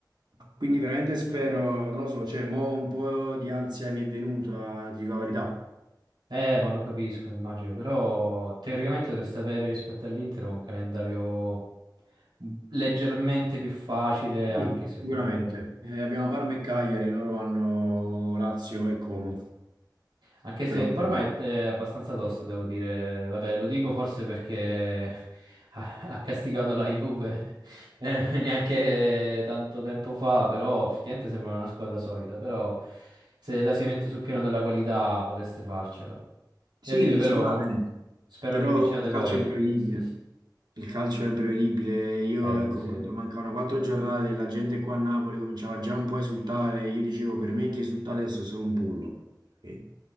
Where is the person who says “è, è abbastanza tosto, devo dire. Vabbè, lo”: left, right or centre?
Right